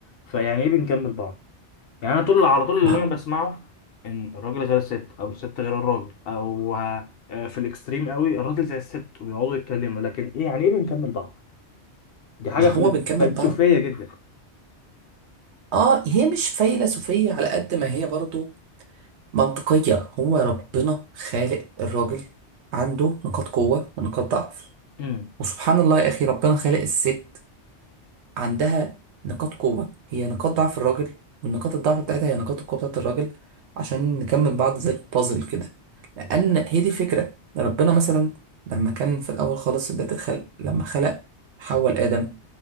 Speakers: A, on the left; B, on the right.
A: فيعني ايه بنكمل بعض يعني انا طول على طول اللي
B: ما
A: انا بسمعه ان الراجل غير الست او الست غير الراجل او آه، في الاكستريم قوي الراجل زي الست ويقعدوا يتكلموا لكن ايه يعني ايه بنكمل بعض دي حاجة
B: ما هو
A: فل-
B: بنكمل
A: فلسفية
B: بعض
A: جدا
B: اه هي مش فيلسوفيه على قد ما هي برضو منطقيه هو ربنا خالق الراجل عنده نقاط قوه ونقاط ضعف
A: مم.
B: وسبحان الله يا اخي ربنا خالق الست عندها نقاط قوة هي نقاط ضعف الراجل والنقاط الضعف بتاعتها هي نقاط القوة بتاعت الراجل عشان نكمل بعض زي البازل كده لأن هي دي الفكرة ربنا مثلا لما كان في الأول خالص بداية الخلق لما خلق حواء آدم